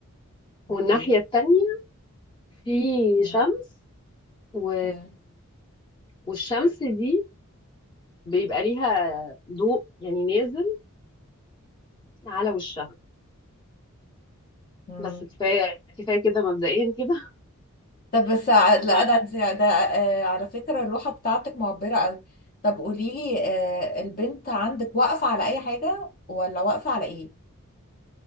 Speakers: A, on the left; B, on the left.
A: والناحية
B: اوكي
A: التانية في
B: مم.
A: شمس و...
B: مم.
A: والشمس دي بيبقى ليها ضوء يعني نازل على وشها
B: مم.
A: بس كفايه كفايه كده مبدئيا كده
B: طب بس
A: <laughs>
B: ع- لا
A: أما
B: ده ده ده، آه، على فكرة اللوحة بتاعتك معبرة قوي طب قولي لي البنت عندك واقفة على أي حاجة ولا واقفة على إيه؟